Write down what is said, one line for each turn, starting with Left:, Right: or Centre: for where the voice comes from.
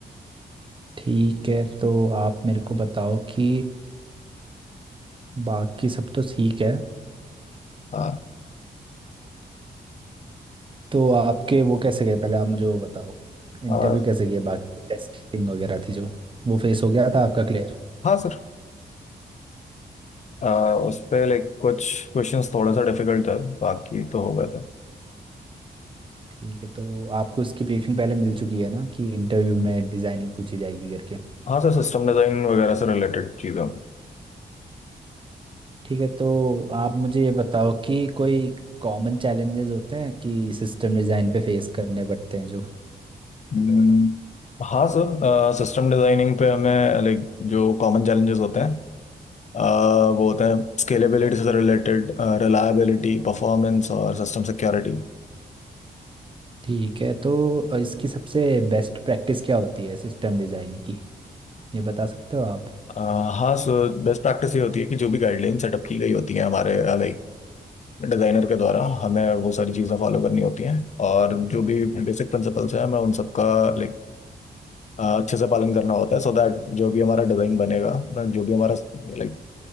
Right: ठीक है तो आप मेरे को बताओ कि बाकी सब तो ठीक है
Left: हाँ
Right: तो आपके वो कैसे गए पहले आप मुझे वो बताओ इंटरव्यू
Left: आ,
Right: कैसे गए बाकी टेस्टिंग वगैरह थी जो वो फेस हो गया था आपका क्लियर
Left: हाँ सर आ, उस पे लाइक कुछ क्वेश्चंस थोड़ा सा डिफिकल्ट है बाकी तो हो गए थे
Right: ठीक है तो आपको इसकी ब्रीफिंग पहले मिल चुकी है ना कि इंटरव्यू में डिजाइनिंग पूछी जाएगी करके
Left: हाँ सर सिस्टम डिजाइन वगैरह से रिलेटेड चीज़ें होंगी।
Right: ठीक है तो आप मुझे ये बताओ कि कोई कॉमन चैलेंजेस होते हैं कि सिस्टम डिजाइन पे फेस करने पड़ते हैं जो
Left: हम्म, हाँ सर सिस्टम डिजाइनिंग पे हमें लाइक जो कॉमन चैलेंजेस होते हैं आ, वो होते हैं स्केलेबिलिटी से रिलेटेड रिलायबिलिटी परफॉर्मेंस और सिस्टम सिक्योरिटी
Right: ठीक है तो इसकी सबसे बेस्ट प्रैक्टिस क्या होती है सिस्टम डिजाइन की ये बता सकते हो आप
Left: हाँ सर बेस्ट प्रैक्टिस ये होती है कि जो भी गाइडलाइन सेटअप की गई होती है हमारे लाइक डिजाइनर के द्वारा हमें वो सारी चीज़ें फॉलो करनी होती हैं और जो भी बेसिक प्रिंसिपल्स हैं हमें उन सबका लाइक अच्छे से पालन करना होता है सो दैट जो भी हमारा डिजाइन बनेगा जो भी हमारा लाइक